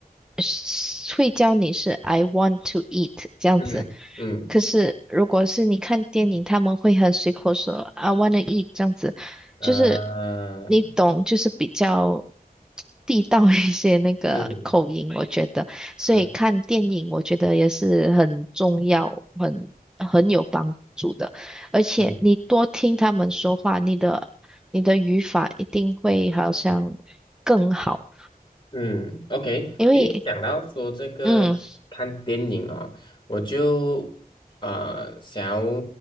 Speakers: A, in the centre; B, on the left.
A: 是会教你是 I want to eat 这样子，
B: 嗯嗯，
A: 可是如果是你看电影，他们会很随口说 I want to eat 这样子，
B: 啊，
A: 就是你懂，就是比较地道一些那个口音，
B: 是
A: 我觉得，所以看电影我觉得也是很重要，
B: 是，
A: 很很有帮助的。而且你多听他们说话，
B: 嗯。
A: 你的你的语法一定会好像更好，
B: 嗯，OK，
A: 因为
B: 因为讲到说这个看电影啊、
A: 嗯
B: 我就呃想要